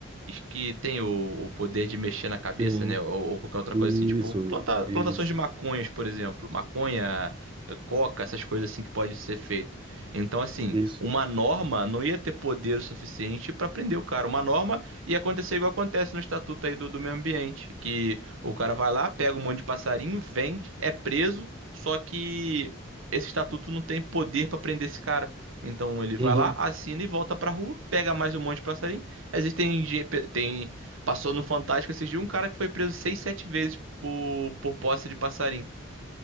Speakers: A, on the right; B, on the right.
A: que tem o, o poder de mexer na cabeça,
B: sim,
A: né? Ou, ou qualquer outra
B: isso,
A: coisa assim, tipo planta-
B: isso,
A: plantações de maconhas, por exemplo, maconha, eh, coca, essas coisas assim que pode ser feito. Então, assim,
B: isso,
A: uma norma não ia ter poder o suficiente para prender o cara. Uma norma ia acontecer igual acontece no estatuto aí do, do meio ambiente, que o cara vai lá, pega um monte de passarinho, vende, é preso, só que esse estatuto não tem poder para prender esse cara. Então ele vai
B: uhum,
A: lá, assina e volta pra rua, pega mais um monte de passarinho. Existem, ge- pe- tem, passou no Fantástico esses dias um cara que foi preso seis, sete vezes por, por posse de passarinho.